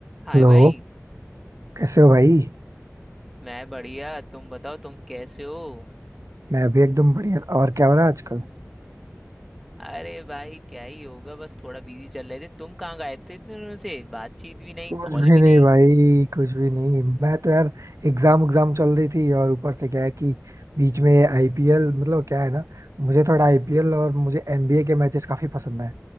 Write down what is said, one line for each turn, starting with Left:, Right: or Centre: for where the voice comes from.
Centre: हाय
Right: Hello
Centre: भाई
Right: कैसे हो भाई
Centre: मैं बढ़िया तुम बताओ तुम कैसे हो
Right: मैं अभी एकदम बढ़िया और क्या हो रहा है आजकल
Centre: अरे भाई क्या ही होगा बस थोड़ा बिजी चल रहे थे तुम कहाँ गए थे इतने दिनों से बातचीत भी नहीं
Right: कुछ
Centre: कॉल
Right: भी
Centre: भी
Right: नहीं
Centre: नहीं
Right: भाई कुछ भी नहीं मैं तो यार एग्जाम एग्जाम चल रही थी और ऊपर से क्या है कि बीच में आईपीएल मतलब क्या है ना मुझे थोड़ा आईपीएल और मुझे एनबीए के मैचेस काफी पसंद है